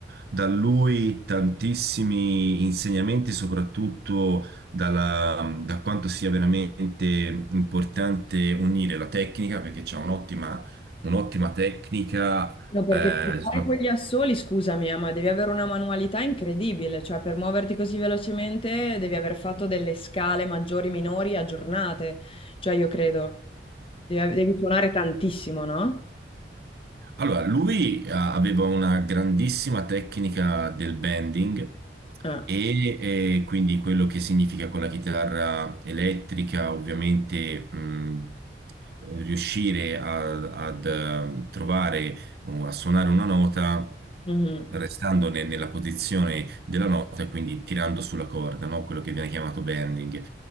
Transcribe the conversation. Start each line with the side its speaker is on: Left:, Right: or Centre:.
Right: da lui tantissimi insegnamenti, soprattutto dalla- da quanto sia veramente importante unire la tecnica, perché c'è un'ottima un'ottima tecnica.
Left: No, perché
Right: eh,
Left: per fare
Right: so-
Left: quegli assoli, scusami, eh, ma devi avere una manualità incredibile, cioè per muoverti così velocemente devi aver fatto delle scale maggiori, minori, aggiornate, cioè io credo, devi, devi suonare tantissimo, no?
Right: allora, lui eh, aveva una grandissima tecnica del bending
Left: Eh.
Right: E eh, quindi quello che significa con la chitarra elettrica, ovviamente, mh, riuscire a- ad eh, trovare, o a suonare una nota
Left: Mhm.
Right: restando ne- nella posizione della nota, quindi tirando sulla corda, no? Quello che viene chiamato bending.